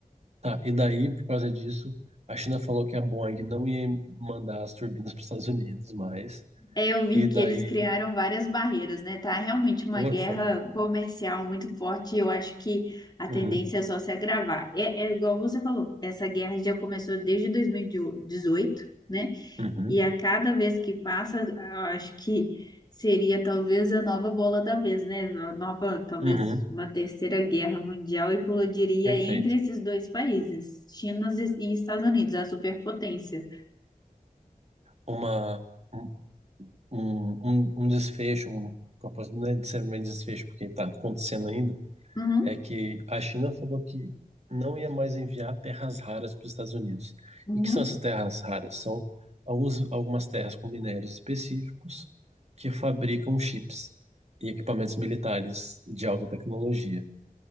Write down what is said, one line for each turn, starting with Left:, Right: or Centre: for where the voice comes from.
Right: tá, e daí, por causa disso, a China falou que a Boeing não ia mandar as turbinas <laughs> para os Estados Unidos mais.
Left: É, eu vi
Right: E daí,
Left: que eles criaram várias barreiras, né? Tá realmente uma
Right: órfão.
Left: guerra comercial muito forte. e Eu acho que a tendência
Right: Uhum,
Left: é só se agravar. É, é igual você falou, essa guerra já começou desde 2018, né?
Right: uhum,
Left: E a cada vez que passa, eu acho que seria talvez a nova bola da vez, né? A nova, talvez
Right: uhum,
Left: uma terceira guerra mundial eclodiria
Right: perfeito.
Left: entre esses dois países, China e e Estados Unidos, a superpotência.
Right: uma, um, um, um um desfecho, um, que eu posso- não é necessariamente desfecho, porque está acontecendo ainda,
Left: Uhum,
Right: é que a China falou que não ia mais enviar terras raras para os Estados Unidos.
Left: uhum.
Right: E que são essas terras raras? São alguns, algumas terras com minérios específicos que fabricam chips e equipamentos militares de alta tecnologia.